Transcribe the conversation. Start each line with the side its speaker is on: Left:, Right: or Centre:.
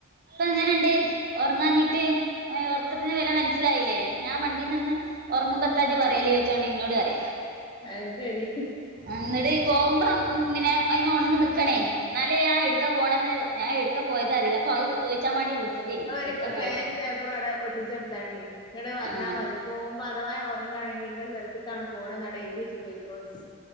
Right: ഇപ്പൊ എങ്ങനെണ്ട് ഒറക്കാഞ്ഞിട്ട് ഉറക്കത്തിന് വില മന മനസ്സിലായില്ലേ ഞാൻ വണ്ടിയി നിന്ന് ഉറങ്ങുമ്പോത്ത ഇജ് പറയല് ചോയിച്ചാണ്ട് ഇന്നോട് പറിയ
Left: അയ് ശെരി.
Right: എന്നിട് പോകുമ്പം പിന്നെ അയിന് ഒണന്ന് നിക്കണേ? ന്നാലേ ഞാൻ എടുക്ക പോണന്ന് ഞാൻ എടുക്കാ പോയതറില്ല അപ്പൊ അത് ചോദിച്ചാൻ മാണ്ടി വിളിച്ചതേനി.
Left: ര്
Right: എടുക്കാ പോയത്
Left: പേനിം പേപ്പറും അവിടെ ഒട്ടിച്ചെടുത്താണ്ടി ഇങ്ങട്ട്വഞ്ഞാൽ
Right: ആഹ്
Left: മതി പോ ഇപ്പ അധവാ ഒറങ്ങാണെങ്കി ഇന്ന സ്ഥലത്തക്കാണ് പോണ നാ എഴുതിയച്ച് പൊയി കോണ്ടി